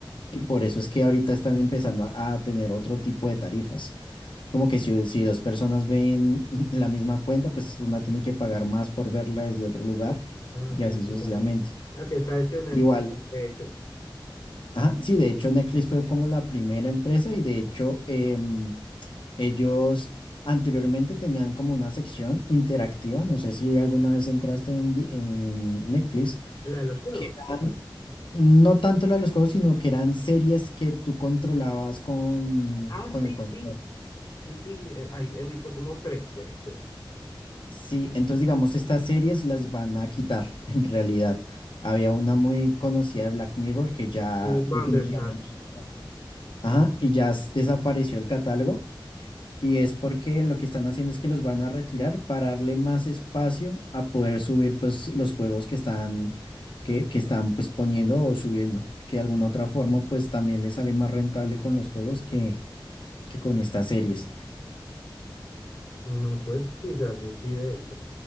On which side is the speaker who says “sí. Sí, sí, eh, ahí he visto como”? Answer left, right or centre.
Left